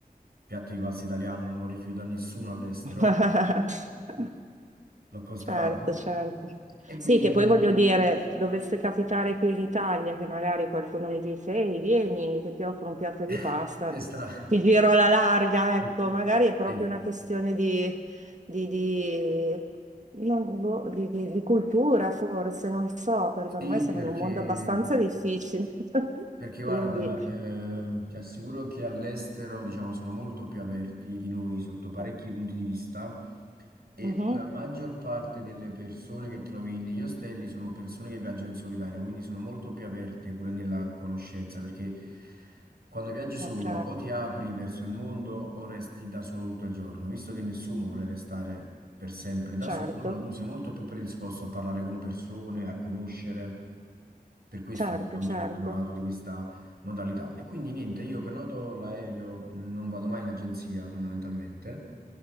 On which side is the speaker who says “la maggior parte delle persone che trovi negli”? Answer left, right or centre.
Right